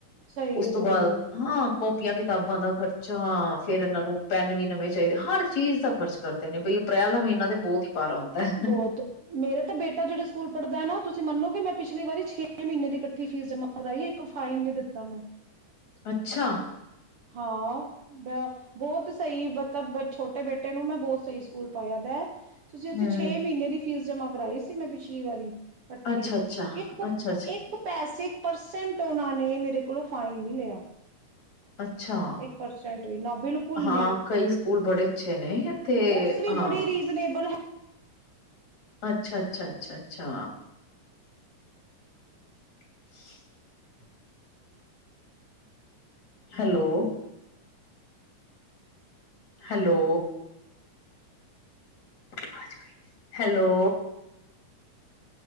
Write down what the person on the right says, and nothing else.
ਸਹੀ
ਹੈ
ਸਹੀ
ਹੈ
ਬਹੁਤ। ਮੇਰੇ ਤਾਂ ਬੇਟਾ ਜਿਹੜੇ ਸਕੂਲ ਪੜ੍ਹਦਾ ਨਾ ਤੁਸੀਂ ਤੁਸੀਂ ਮੰਨੋ ਗੇ ਮੈਂ ਪਿਛਲੀ ਵਾਰੀ ਛੇ ਮਹੀਨੇ ਦੀ ਇਕੱਠੀ ਫੀਸ ਜਮਾਂ ਕਰਾਈ ਏ ਇੱਕ ਫਾਈਨ ਨੀ ਦਿੱਤਾ ਮੈਂ
ਹਾਂ ਬ ਬਹੁਤ ਸਹੀ ਮਤਲਬ ਛੋਟੇ ਬੇਟੇ ਨੂੰ ਮੈਂ ਬਹੁਤ ਸਹੀ ਸਕੂਲ ਪਾਇਆ ਦੈ ਤੁਸੀਂ ਉੱਥੇ
ਛੇ ਮਹੀਨੇ ਦੀ ਫੀਸ ਜਮ੍ਹਾਂ ਕਰਵਾਈ ਸੀ ਮੈਂ ਪਿਛਲੀ ਵਾਰੀ ਇਕੱਠੀ,
ਇੱਕ
ਇੱਕ ਪੈਸੇ ਪਰਸੈਂਟ ਉਹਨਾਂ ਨੇ ਮੇਰੇ ਕੋਲੋਂ ਫਾਈਨ ਨਹੀਂ ਲਿਆ
ਇੱਕ ਪਰਸੈਂਟ ਵੀ ਨਾ ਬਿਲਕੁਲ
ਨਹੀਂ
ਬੁੱਕਸ ਵੀ
ਬੜੀ ਰੀਜ਼ਨੇਬਲ